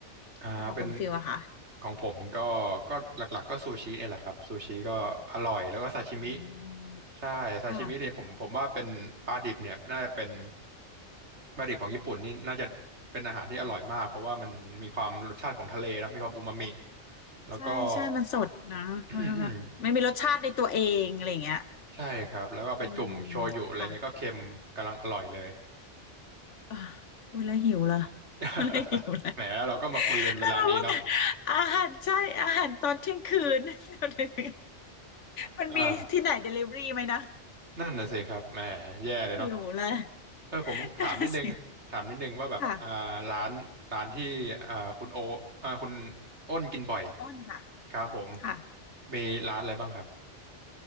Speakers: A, on the right; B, on the left.
A: อ่าเป็น
B: แล้วของคุณฟิลอะค่ะ
A: ของผมก็ก็หลักๆก็ซูชิเนี่ยแหละครับซูชิก็อร่อยแล้วก็ซาชิมิ
B: อืม
A: ใช่ซาชิมิเนี่ยผมผมว่าเป็นปลาดิบเนี่ยน่าจะเป็น
B: ค่ะ
A: ปลาดิบของญี่ปุ่นนี่น่าจะเป็นอาหารที่อร่อยมากเพราะว่ามันมีความรสชาติของทะเลนะมีความอูมามิ
B: อ่า
A: แล้วก็
B: ใช่ใช่มันสดนะมันแบบไม่มีรสชาติในตัวเองอะไรอย่างเงี้ย
A: <clears throat> อืมอืมใช่ครับแล้วก็เอาไปจุ่มโชยุอะไรเงี้ยก็เค็มกำลังอร่อยเลย
B: อืมค่ะอ่าพูดแล้วหิวเลย
A: <laughs>
B: พูดแล้วหิวเลย
A: แหมแล้วเราก็มาคุยกันเวลานี้เนาะ
B: แต่มาพูดแต่อาหารใช่อาหารตอนเที่ยงคืน <laughs> เดี๋ยวนี้มันมีที่ไหนเดลิเวอรี่ไหมนะ
A: <laughs> อ่านั่นน่ะสิครับแหมแย่เลยเนาะ
B: หิวเลย
A: เออผมถามนิดนึงถามนิดนึงว่าแบบอ่าร้านร้านที่อ่าคุณโออ่าคุณ
B: <laughs> ค่ะ
A: อ้นกินบ่อย
B: อ้นค่ะ
A: ครับผม
B: ค่ะ
A: มีร้านอะไรบ้างครับ